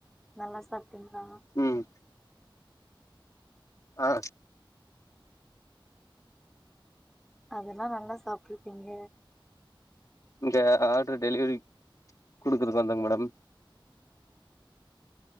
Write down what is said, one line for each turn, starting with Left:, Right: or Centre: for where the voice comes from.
Centre: நல்லா சாப்ட்டீங்ளா
Left: ம் ஆ
Centre: அதெல்லா நல்லா சாப்ட்ரிப்பீங்க
Left: இந்த ஆர்டர் டெலிவரிக் குடுக்றதுக்கு வந்தேங் மேடம்